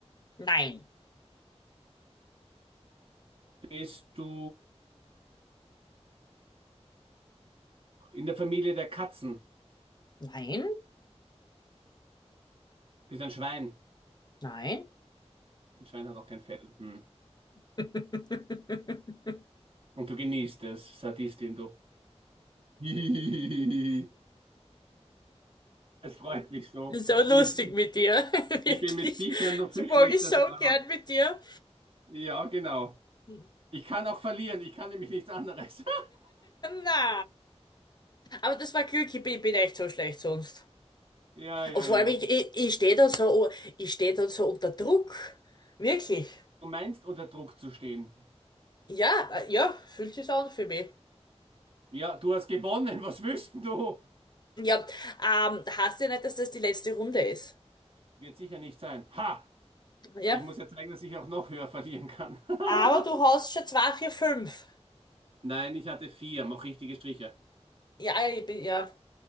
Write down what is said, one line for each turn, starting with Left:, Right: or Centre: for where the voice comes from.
Left: nein,
Right: Bist du in der Familie der Katzen?
Left: nein,
Right: Bist ein Schwein?
Left: nein.
Right: Ein Schwein hat auch kein Fell. Hm.
Left: <laughs>
Right: Und du genießt es, Sadistin, du. <laughs> Es freut mich so.
Left: Das ist So lustig
Right: Ich,
Left: mit dir, <laughs> wirklich.
Right: ich bin mit Viechern noch viel
Left: Das mag
Right: schlechter
Left: ich so
Right: dran.
Left: gern mit dir.
Right: Ja, genau.
Left: <laughs>
Right: Ich kann auch verlieren. Ich kann nämlich nichts anderes. <laughs>
Left: Na, aber das war Glück, ich bin, bin echt so schlecht sonst.
Right: Ja, ja,
Left: Und vor
Right: ja.
Left: allem, ich, ich, ich stehe da so, ich stehe da so unter Druck. Wirklich.
Right: Du meinst, unter Druck zu stehen.
Left: Ja, äh, ja, fühlt sich an für mich.
Right: Ja, du hast gewonnen. Was willst denn du?
Left: Ja, ähm, heißt ja nicht, dass das die letzte Runde ist.
Right: Wird sicher nicht sein. Ha!
Left: Ja.
Right: Ich muss ja zeigen, dass ich auch noch höher verlieren kann. <laughs>
Left: Aber du hast schon zwei, vier, fünf.
Right: Nein, ich hatte vier. Mach richtige Striche.
Left: Ja, ich bin, ja.